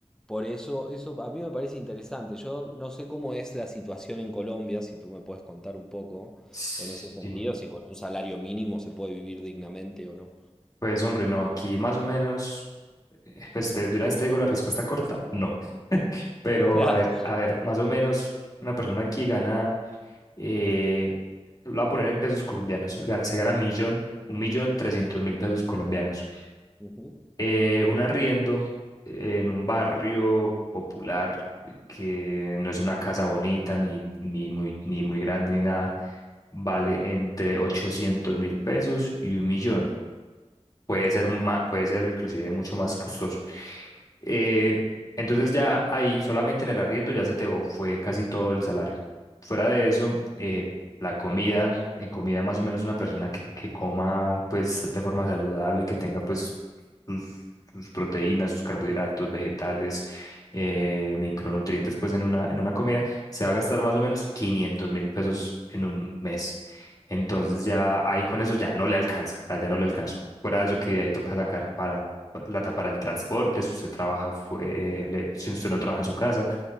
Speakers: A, in the centre; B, on the left.
A: por eso, eso a mí me parece interesante. Yo no sé cómo es la situación en Colombia, si tú me puedes contar un poco
B: Sí.
A: en ese sentido, si con un salario mínimo se puede vivir dignamente o no.
B: Pues hombre, no, aquí más o menos, eh, pues te, de una vez te digo la respuesta corta, no. Pero
A: <laughs>
B: a ver, a ver, más o menos una persona aquí gana. eh, lo voy a poner en pesos colombianos. gana- se gana millón, un millón trescientos mil pesos colombianos.
A: Ujú,
B: Eh, un arriendo en un barrio popular eh, que no es una casa bonita ni, ni muy, ni muy grande ni nada, vale entre ochocientos mil pesos y un millón puede ser
A: Claro.
B: ma- puede ser inclusive mucho más costoso. Eh, entonces ya ahí, solamente en el arriendo, ya se te fue casi todo el salario. Fuera de eso, eh, la comida, en comida más o menos una persona que, que coma pues de forma saludable, que tenga pues sus, sus proteínas, sus carbohidratos, vegetales, eh, micronutrientes pues en una, en una comida, se va a gastar más o menos quinientos mil pesos en un mes. Entonces ya ahí con eso ya no le alcanza, o sea, ya no le alcanzo. Fuera de eso que ahí toca sacar para plata para el transporte, si usted trabaja, fue- eh, le- si usted no trabaja en su casa,